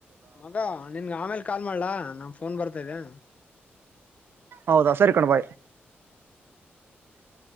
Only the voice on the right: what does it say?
ಹೌದಾ ಸರಿ ಕಣು ಬಾಯ್ <inaudible>